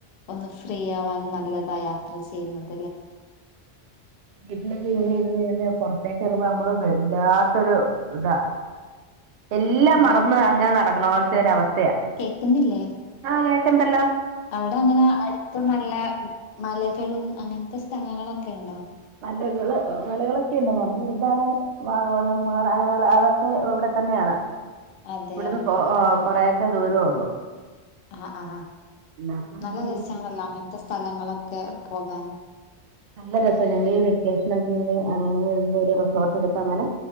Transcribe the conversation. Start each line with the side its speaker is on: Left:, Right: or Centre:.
Left: ഒന്ന് ഫ്രീ ആവാൻ നല്ലതാ യാത്ര ചെയ്യുന്നത്
Right: വീട്ടിലൊക്കെ ഇങ്ങനെ ഇരുന്ന് പൊറത്തേക്ക് എറങ്ങുമ്പം നമ്മള് വേല്ലാത്തൊരു ഇതാ എല്ലാം
Left: ഹലോ
Right: മറന്ന് അങ്ങനെ നടക്കണ പോലത്തെ ഒരു അവസ്ഥ
Left: കേക്കുന്നില്ലേ
Right: ആഹ് കേക്ക്ണ്ടല്ലോ
Left: അവിടെ അങ്ങനെ അടുത്ത് നല്ല മലകളും അങ്ങനത്തെ സ്ഥലങ്ങളൊക്കെ ഉണ്ടോ
Right: മലകള് മലകളൊക്കെ ഉണ്ട് നമ്മുടെടുതാണ് വാഗവൺ മൂന്നാർ അങ്ങനെയുള്ള അതൊക്കെ ഇവിടെ തന്നെയാണ്
Left: അതെയോ
Right: ഇവിടുന്ന് കൊറെ കുറച്ച് ദൂരേ ഉള്ളൂ
Left: ആ ആ
Right: അപ്പൊ അങ്ങനെ
Left: നല്ല രസാണല്ലാം
Right: ഇരിക്കുന്നു
Left: അങ്ങനത്തെ സ്ഥലങ്ങളൊെ ഒക്കെ പോകൻ
Right: നല്ല രസ ഞങ്ങള് ഈ വെക്കേഷനൊക്കെ ഇങ്ങനെ റിസോർട്ട് എടുത്ത് അങ്ങനെ